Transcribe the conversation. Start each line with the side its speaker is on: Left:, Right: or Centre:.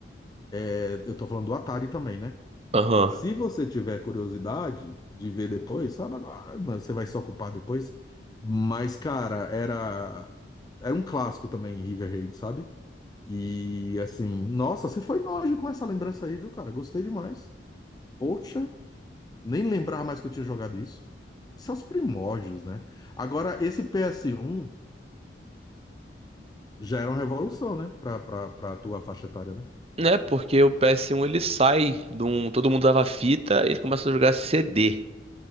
Left: É, eu tô falando do Atari também, né?
Right: aham.
Left: Se você tiver curiosidade de ver depois, sabe agora, mas você vai se ocupar depois. Mas, cara, era era um clássico também, River Raid, sabe? E assim, nossa, você foi longe com essa lembrança aí, viu, cara? Gostei demais. Poxa, nem lembrava mais que eu tinha jogado isso. Isso é os primórdios, né? Agora, esse ps um já era uma revolução, né? Pra, pra, pra tua faixa etária, né?
Right: Né? Porque o PS1 ele sai de um. Todo mundo dava fita e ele começa a jogar CD.